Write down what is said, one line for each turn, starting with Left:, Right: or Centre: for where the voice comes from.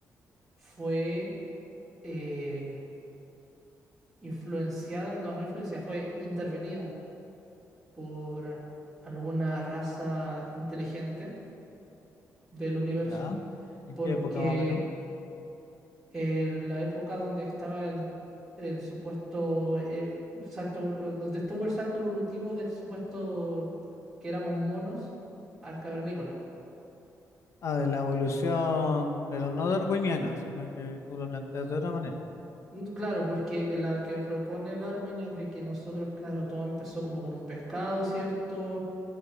Centre: fue eh, influenciada, no, no influenciada, fue intervenida por alguna raza inteligente del universo,
Left: ya. ¿En
Centre: porque
Left: qué época más o menos?
Centre: en la época donde estaba el, el supuesto eh, salto, evol- donde estuvo el salto evolutivo del supuesto que éramos monos al cavernícola.
Left: Ah, de la evolución, pero no darwiniana, sino que tú lo planteas de otra manera.
Centre: Mm, Claro, porque la que propone Darwin es de que nosotros, claro, todo empezó como con un pescado, ¿cierto?